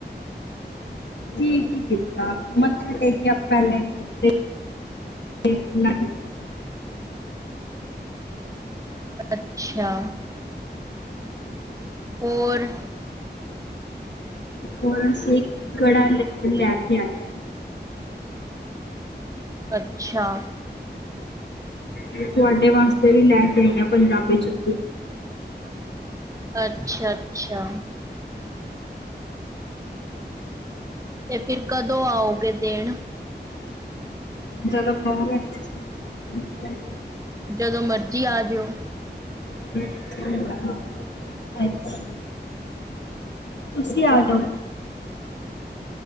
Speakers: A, on the left; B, on the right.
A: ਕੀ ਕੀ ਕੀਤਾ, ਮੱਥਾ ਟੇਕਿਆ ਪਹਿਲੇ। ਫਿਰ ਤੇ <unintelligible>
B: ਅੱਛਾ। ਹੋਰ।
A: ਹੋਰ ਅਸੀਂ ਕੜਾ ਲੀ ਲੈ ਕੇ ਆਏ ਆ।
B: ਅੱਛਾ।
A: ਤੇ ਤੁਹਾਡੇ ਵਾਸਤੇ ਵੀ ਲੈ ਕੇ ਆਈ ਆ ਪੰਜਾਬੀ ਜੁੱਤੀ।
B: ਅੱਛਾ- ਅੱਛਾ। ਤੇ ਫਿਰ ਕਦੋਂ ਆਓਗੇ ਦੇਣ।
A: ਜਦੋਂ ਕਹੋਗੇ ਤੁਸੀਂ।
B: ਜਦੋਂ ਮਰਜ਼ੀ ਆ ਜਇਓ।
A: <inaudible> ਅੱਛਾ। ਤੁਸੀਂ ਆ ਜਾਓ।